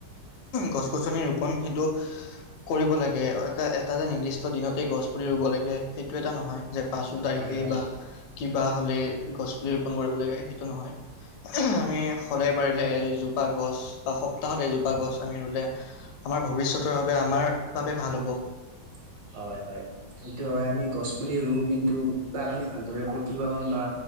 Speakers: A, on the left; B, on the right.
A: গছ গছনি ৰোপন সেইটো কৰিব লাগে এটা যে নিৰ্দিষ্ট দিনতে গছ পুলি ৰুব লাগে সেইটো এটা নহয় যে পাঁচ জুন তাৰিখে
B: হয় হয়।
A: বা কিবা হ'লে গছ পুলি ৰোপন কৰিব লাগে সেইটো নহয় আমি সদায় পাৰিলে এজোপা গছ বা সপ্তাহত এজোপা গছ আমি ৰুলে আমাৰ ভৱিষ্যতৰ বাবে আমাৰ বাবে ভাল হ'ব।
B: <inaudible> হয় হয় সেটো হয় আমি গছ পুলি ৰুওঁ কিন্তু তাক আমি ভালদৰে প্ৰতিপালন বা